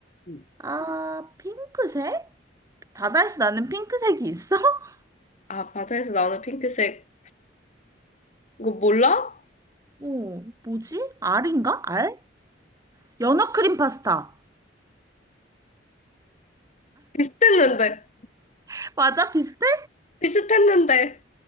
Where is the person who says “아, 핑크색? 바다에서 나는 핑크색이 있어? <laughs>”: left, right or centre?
Right